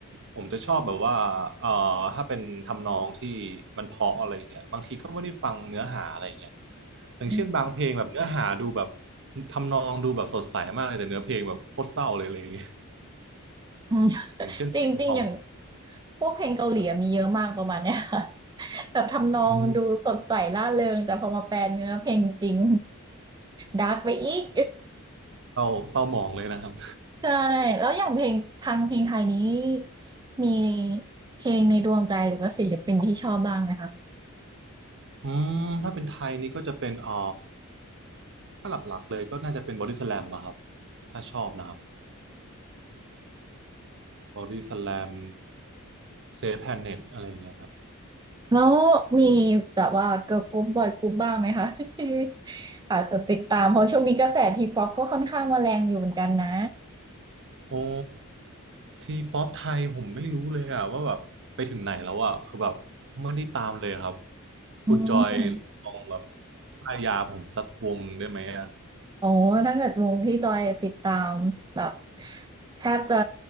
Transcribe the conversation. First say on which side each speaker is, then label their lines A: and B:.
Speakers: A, on the right; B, on the right.
A: ผมจะชอบแบบว่าเอ่อถ้าเป็นทำนองที่มันเพราะอะไรอย่างเงี้ยบางทีก็ไม่ได้ฟังเนื้อหาอะไรอย่างเงี้ยอย่างเช่นบางเพลงแบบเนื้อหาดูแบบ
B: อืม
A: ทำนองดูแบบสดใสมากเลยแต่เนื้อเพลงแบบโคตรเศร้าเลยอะไรอย่างเงี้ย
B: อืม <laughs>
A: อย่างเช่นเพลงของ
B: จริงๆอย่างพวกเพลงเกาหลีอะมีเยอะมากประมาณเนี้ยค่ะ
A: ครับ
B: <laughs> แบบทำนองดูสดใสร่าเริงแต่พอมาแปลเนื้อเพลงจริง
A: อืม
B: ดาร์กไปอีก
A: เศร้าเศร้าหมองเลยนะครับ
B: <laughs> ใช่แล้วอย่างเพลงทางเพลงไทยนี้มีเพลงในดวงใจหรือว่าศิลปินที่ชอบบ้างไหมคะ
A: <laughs> อืมถ้าเป็นไทยนี่ก็จะเป็นเอ่อถ้าหลักๆเลยก็น่าจะเป็นบอดี้สแลมอะครับถ้าชอบนะครับบอดี้สแลมเซฟแพนเน็ตอะไรอย่างเงี้ยครับ
B: แล้วมีแบบว่าเกิร์ลกรุ๊ปบอยกรุ๊ปบ้างไหมคะ <laughs> ชีวิตอาจจะติดตามเพราะช่วงนี้กระแสทีป๊อปก็ค่อนข้างมาแรงอยู่เหมือนกันนะ
A: โอ้ทีป๊อปไทยผมไม่รู้เลยอะว่าแบบไปถึงไหนแล้วอะคือแบบไม่ได้ตามเลยครับ
B: อืม
A: คุณจอยลองแบบป้ายยาผมสักวงได้ไหมอะ
B: โอ้ถ้าเกิดวงที่จอยติดตามแบบแทบจะ